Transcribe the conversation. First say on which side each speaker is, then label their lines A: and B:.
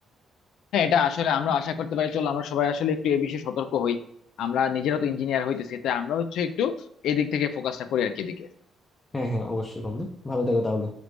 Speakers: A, on the left (about 80°); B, on the left (about 25°).
A: হ্যাঁ এটা আসলে আমরা আশা করতে পারি চলো আমরা সবাই আসলে একটু এ বিষয়ে সতর্ক হই আমরা নিজেরা তো ইঞ্জিনিয়ার হইতেছি তাই আমরা হচ্ছে একটু এদিক থেকে ফোকাসটা করি আর কি এদিকে
B: হ্যাঁ হ্যাঁ অবশ্যই বন্ধু ভালো থেকো তাহলে